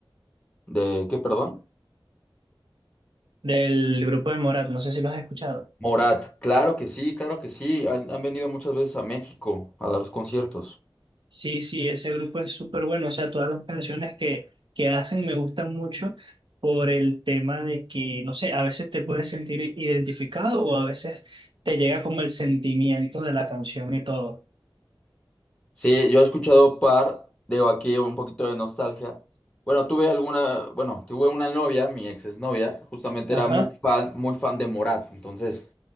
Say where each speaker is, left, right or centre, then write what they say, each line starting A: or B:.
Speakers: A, on the left (about 15°); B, on the right (about 65°).
A: ¿De qué, perdón?
B: Del grupo de Morat, no sé si lo has escuchado.
A: Morat, claro que sí, claro que sí. Han, han venido muchas veces a México a dar los conciertos.
B: Sí, sí, ese grupo es súper bueno. O sea, todas las canciones que, que hacen me gustan mucho por el tema de que, no sé, a veces te puedes sentir identificado o a veces te llega como el sentimiento de la canción y todo.
A: Sí, yo he escuchado par, digo aquí un poquito de nostalgia. Bueno, tuve alguna, bueno, tuve una novia, mi ex exnovia, justamente
B: Ajá,
A: era muy fan, muy fan de Morat, entonces